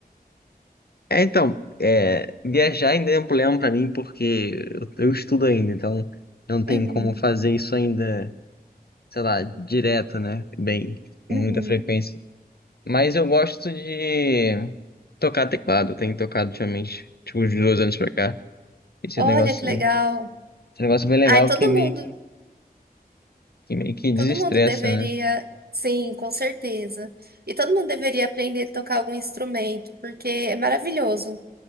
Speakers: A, on the left (about 75°); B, on the right (about 75°).
A: É, então, é, viajar ainda é um problema pra mim porque eu, eu estudo ainda, então não tem
B: Uhum.
A: como fazer isso ainda, sei lá, direto, né? Bem, com
B: Uhum.
A: muita frequência. Mas eu gosto de tocar teclado, eu tenho tocado ultimamente, tipo, uns dois anos pra cá. Esse
B: Olha
A: negócio,
B: que legal.
A: esse negócio é bem legal
B: Ai, todo
A: que meio
B: mundo,
A: que, que meio que desestressa,
B: todo mundo deveria,
A: né?
B: sim, com certeza. E todo mundo deveria aprender a tocar algum instrumento, porque é maravilhoso.